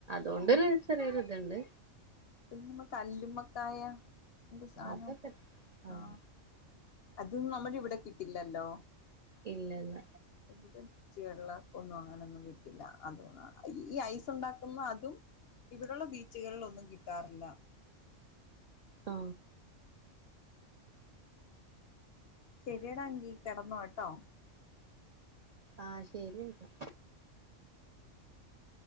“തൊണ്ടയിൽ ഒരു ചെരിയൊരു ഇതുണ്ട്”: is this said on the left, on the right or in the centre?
Right